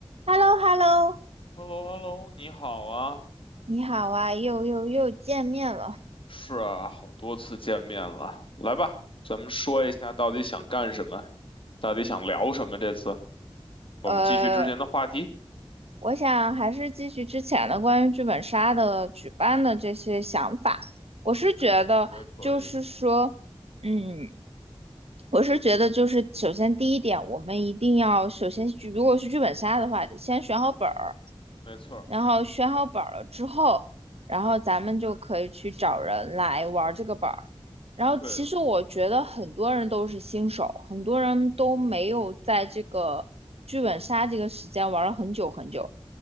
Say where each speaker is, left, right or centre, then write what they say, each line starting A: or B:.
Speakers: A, on the right (about 75°); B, on the left (about 55°).
A: h e l l o h e l l o
B: h e l l o h e l l o 你好啊，
A: 你好啊，又又又见面了。
B: 是啊，好多次见面了，来吧，咱们说一下到底想干什么，到底想聊什么？这次我们继续之前的话题。
A: 呃，我想还是继续之前的关于剧本杀的举办的这些想法。我是觉得，
B: 嗯，我觉得可以，
A: 就是说，嗯，我是觉得，就是首先第一点，我们一定要首先去，如果是剧本杀的话，得先选好本儿。
B: 没错儿，
A: 然后选好本儿了之后，然后咱们就可以去找人来玩儿这个本儿。然后其实我觉得很多人都是新手，
B: 对的，
A: 很多人都没有在这个剧本杀这个时间玩了很久很久。
B: 对，